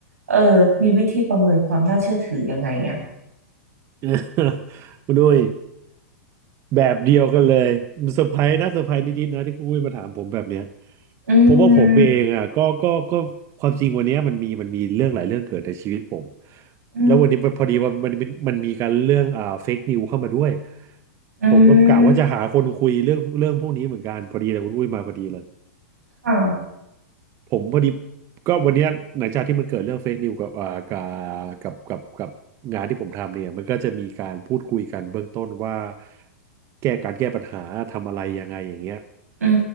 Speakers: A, on the right (about 85°); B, on the right (about 35°).
A: เออมีวิธีประเมินความน่าเชื่อถือยังไงอ่ะ
B: <laughs> คุณอุ้ย แบบเดียวกันเลยเซอร์ไพรส์นะเซอร์ไพรส์นิดๆนะที่คุณอุ้ยมาถามผมแบบเนี้ย
A: อื
B: เพราะว่าผมเองอ่ะก็ก็ก็ความจริงวันเนี้ยมันมีมันมีเรื่องหลายเรื่องเกิดในชีวิตผม
A: มอืม
B: แล้ววันนี้พอดีว่ามันมันมันมีการเรื่องอ่าเฟกนิวเข้ามาด้วย
A: อื
B: ผมก็กะว่าจะหาคนคุยเรื่องเรื่องพวกนี้เหมือนกันพอดีเลยคุณอุ้ยมาพอดีเลย
A: มค่ะ
B: ผมพอดีก็วันเนี้ยหลังจากที่มันเกิดเรื่องเฟซนิวกับอ่ากับกับกับกับงานที่ผมทำเนี่ยมันก็จะมีการพูดคุยกันเบื้องต้นว่าแก้การแก้ปัญหาทำอะไรยังไงอย่างเงี้ย
A: อื